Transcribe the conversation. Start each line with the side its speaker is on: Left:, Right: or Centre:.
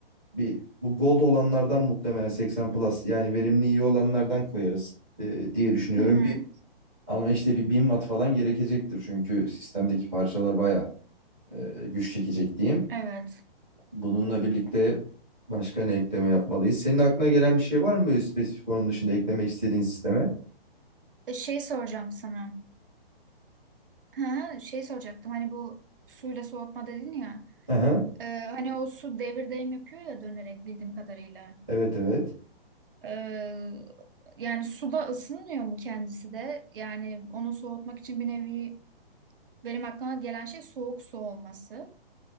Centre: bir bu Gold olanlardan muhtemelen 80 Plus yani verimli iyi olanlardan koyarız e, diye düşünüyorum.
Right: Hı hı.
Centre: Ama işte bir 1000 watt falan gerekecektir. Çünkü sistemdeki parçalar baya güç çekecek diyeyim.
Right: Evet.
Centre: Bununla birlikte başka ne ekleme yapmalıyız? Senin aklına gelen bir şey var mı böyle spesifik onun dışında eklemek istediğin sisteme?
Right: E, şey soracağım sana. Ha, şey soracaktım hani bu suyla soğutma dedin ya.
Centre: Hı hı.
Right: E, hani o su devir daim yapıyor ya dönerek bildiğim kadarıyla.
Centre: Evet evet.
Right: Ee, yani suda ısınmıyor mu kendisi de? Yani onu soğutmak için bir nevi benim aklıma gelen şey soğuk su olması.